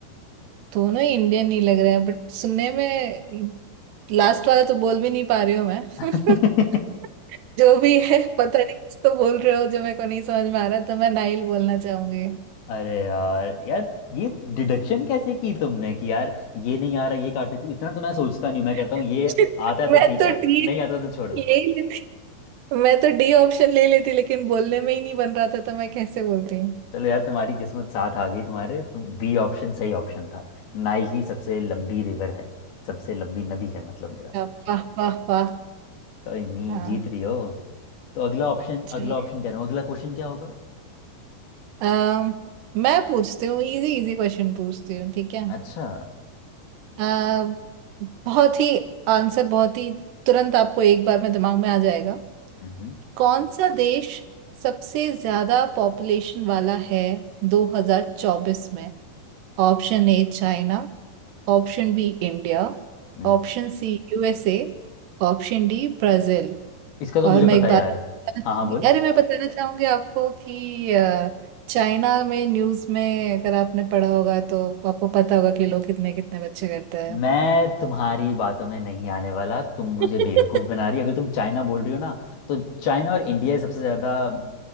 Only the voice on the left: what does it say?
<laughs>
अरे यार यार ये डिडक्शन कैसे की तुमने कि यार ये नहीं आ रहा ये काट लेती हूँ? इतना तो मैं सोचता नहीं हूँ मैं
कहता हूँ ये आता है तो
ठीक
है
नहीं आता तो छोड़ो
चलो यार तुम्हारी किस्मत साथ आ गई तुम्हारे तुम बी ऑप्शन सही ऑप्शन था नाइल ही सबसे लंबी रिवर है सबसे लंबी नदी है मतलब मेरा
कोई नहीं
जीत रही हो तो अगला ऑप्शन
अगला ऑप्शन कह रहा हूँ अगला क्वेश्चन क्या होगा
अच्छा
हम्म हम्म,
हम्म।
इसका तो
मुझे
पता
है
यार
हाँ हाँ बोल
मैं तुम्हारी बातों में नहीं आने वाला तुम मुझे
बेवकूफ़ बना रही हो। अगर तुम चाइना बोल रही हो ना तो चाइना और इंडिया ही सबसे ज़्यादा अ,